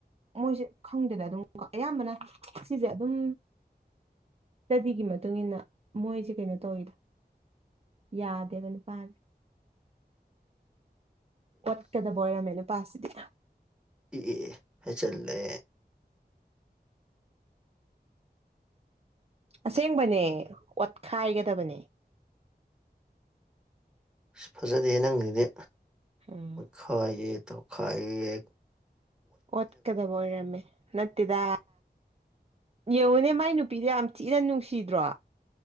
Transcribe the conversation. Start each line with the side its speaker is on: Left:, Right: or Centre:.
Right: ꯃꯣꯏꯁꯦ ꯈꯪꯗꯦꯅ ꯑꯗꯨꯝ ꯀꯣ ꯑꯌꯥꯝꯕꯅ ꯁꯤꯁꯦ ꯑꯗꯨꯝ ꯁ꯭ꯇꯗꯤꯒꯤ ꯃꯇꯨꯡ ꯏꯟꯅ ꯃꯣꯏꯁꯦ ꯀꯩꯅꯣ ꯇꯧꯋꯤꯗ ꯌꯥꯗꯦꯕꯅꯨꯄꯥꯥ ꯑꯣꯠꯀꯗꯕ ꯑꯣꯏꯔꯝꯃꯦ ꯅꯨꯄꯥꯁꯤꯗꯤ
Centre: ꯏ ꯍꯥꯏ ꯆꯜꯂꯦ
Right: ꯑꯁꯦꯡꯕꯅꯦ ꯑꯣꯠꯈꯥꯏꯒꯗꯕꯅꯦ
Centre: ꯐꯖꯥꯗꯦꯍꯦ ꯅꯪꯖꯤꯗꯤ
Right: ꯎꯝ
Centre: ꯈꯥꯏꯌꯦ ꯇꯧꯈꯥꯏꯌꯦ
Right: ꯑꯣꯠꯀꯗꯕ ꯑꯣꯏꯔꯝꯃꯦ ꯅꯠꯇꯦꯗ ꯌꯦꯡꯉꯨꯅꯦ ꯃꯥꯏ ꯅꯨꯄꯤꯗ ꯌꯥꯝ ꯊꯤꯅ ꯅꯨꯡꯁꯤꯗ꯭ꯔꯣ